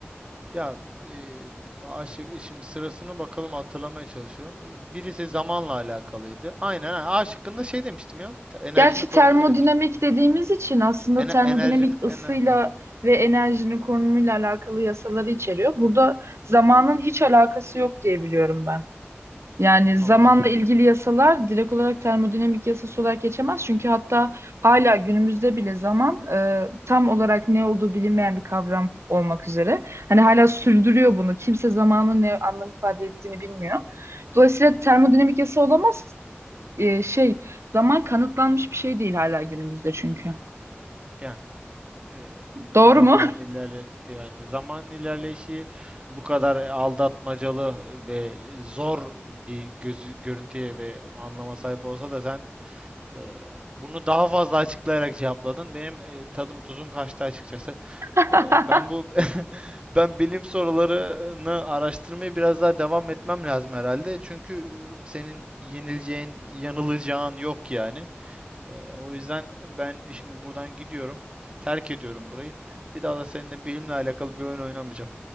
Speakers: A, on the right; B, on the right.
A: Ya e, şimdi sırasını bakalım hatırlamaya çalışıyorum. E, Birisi zamanla alakalıydı. Aynen ha, A şıkkında şey demiştim ya. Enerjinin
B: Gerçi
A: korunumu
B: termodinamik
A: demiştim.
B: dediğimiz için aslında
A: Ener
B: termodinamik
A: enerjinin
B: ısıyla
A: ene-
B: ve enerjinin konumuyla alakalı yasaları içeriyor. Burada zamanın hiç alakası yok diye biliyorum ben. Yani zamanla
A: <laughs> anladım.
B: ilgili yasalar direkt olarak termodinamik yasası olarak geçemez. Çünkü hatta hala günümüzde bile zaman e, tam olarak ne olduğu bilinmeyen bir kavram olmak üzere. Hani hala sürdürüyor bunu. Kimse zamanın ne anlam ifade ettiğini bilmiyor. Dolayısıyla termodinamik yasa olamaz e, şey zaman kanıtlanmış bir şey değil hala günümüzde çünkü.
A: Yani e,
B: Doğru
A: zaman
B: mu?
A: ilerledi yani zaman ilerleyişi bu kadar aldatmacalı ve zor bir gözü, görüntüye ve anlama sahip olsa da sen e, bunu daha fazla açıklayarak cevapladın. Benim e, tadım tuzum kaçtı açıkçası.
B: <laughs>
A: E, ben bu <laughs> ben bilim sorularını araştırmaya biraz daha devam etmem lazım herhalde. Çünkü e, senin yenileceğin, yanılacağın yok yani. Ee, o yüzden ben şimdi buradan gidiyorum. Terk ediyorum burayı. Bir daha da seninle bilimle alakalı bir oyun oynamayacağım.